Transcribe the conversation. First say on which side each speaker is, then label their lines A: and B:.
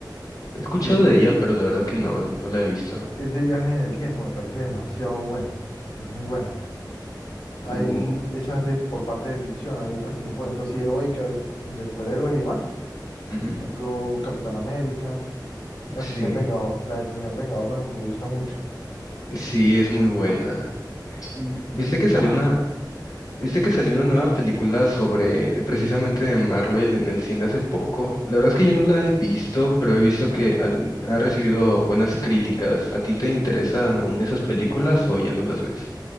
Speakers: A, on the left; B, on the left.
A: He escuchado
B: que es de,
A: de ella, pero la verdad que no, no la he visto.
B: es de viajes en el tiempo, me parece demasiado buena, es muy buena. Hay
A: Uh,
B: esas de, por parte de ficción, hay otras que son, por ejemplo, así heroicas, de superhéroes y demás,
A: Ujú.
B: por ejemplo, Capitán América, El
A: sí,
B: Primer Vengador, la del Primer Vengador me, me gusta mucho.
A: sí, es muy buena.
B: Sí,
A: ¿Viste
B: y
A: que
B: ya,
A: salió una, viste que salió una nueva película sobre precisamente de Marvel en el cine hace poco? La verdad es que yo no la he visto, pero he visto que al- ha recibido buenas críticas. ¿A ti te interesan aún esas películas o ya no las ves?